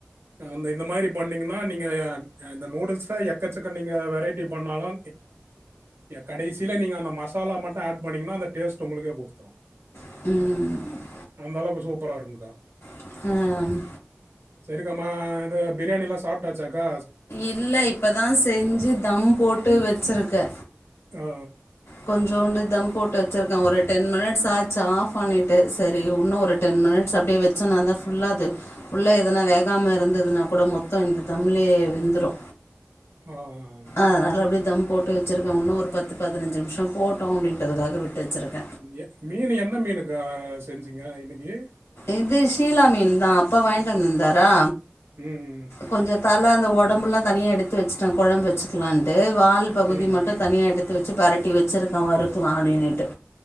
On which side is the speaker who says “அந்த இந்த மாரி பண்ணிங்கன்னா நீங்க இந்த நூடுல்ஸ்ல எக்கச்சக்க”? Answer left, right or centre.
Right